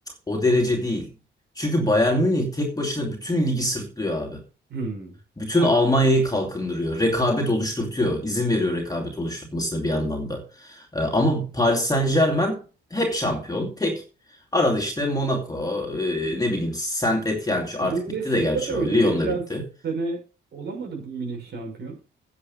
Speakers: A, on the left; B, on the right.
A: O derece değil. Çünkü Bayern Münih tek başına bütün ligi sırtlıyor abi.
B: Hmm.
A: Bütün
B: Ha,
A: Almanya'yı kalkındırıyor. Rekabet oluşturtuyor. İzin veriyor rekabet oluşturmasına bir anlamda. Ee, ama Paris Saint-Germain hep şampiyon. Tek. Arada işte Monaco, e, ne bileyim Saint-Étienne şu
B: Bundesliga
A: artık bitti de gerçi
B: da öyle.
A: o. Lyon
B: Geçen
A: da bitti.
B: sene olamadı bu Münih şampiyon.